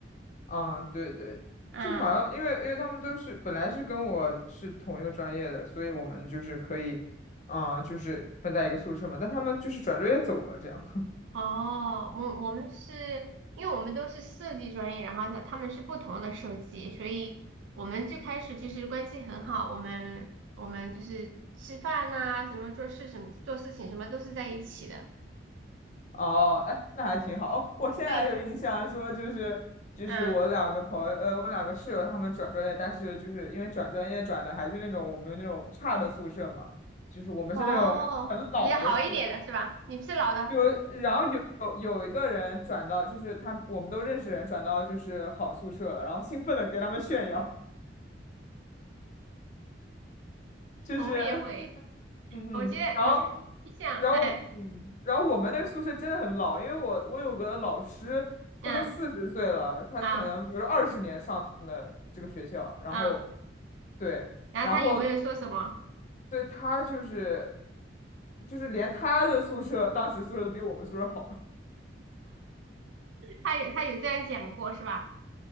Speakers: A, on the left (about 40°); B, on the right (about 80°).
A: 嗯，对对，
B: 啊，
A: 这个好像因为因为他们都是本来是跟我是同一个专业的，所以我们就是可以，嗯，就是分在一个宿舍嘛，但他们就是转专业走了这样。
B: 哦，我我们是因为我们都是设计专业，然后呢他们是不同的设计，所以我们最开始就是关系很好，我们我们就是吃饭呐、什么做事什么做事情什么都是在一起的。
A: 哦，哎，那还挺好。哦，我现在还有印象说，
B: 对。
A: 就是就是我两个朋友，
B: 嗯
A: 呃，我两个室友他们转专业，但是就是因为转专业转的还是那种我们那种差的宿舍嘛，就是我们是那种很老的宿舍。
B: 哦，比较好一点的是吧？你是老的，
A: 有，然后有有有一个人转到，就是他，我们都认识人转到就是好宿舍了，然后兴奋的给他们炫耀，<laughs> 就是。
B: 我们也会。
A: 嗯嗯，
B: 我记得，
A: 然后，
B: 我记得你想，
A: 然后，
B: 哎，
A: 嗯，然后我们那个宿舍真的很老，因为我我有个老师，
B: 嗯
A: 他都四十岁了，他可能比如说二十年上的这个学校，
B: 啊
A: 然后
B: 啊，
A: 对，
B: 然后他有没有说什么？
A: 然后对他就是就是连他的宿舍当时宿舍都比我们宿舍好了，
B: 他有，他有这样讲过是吧？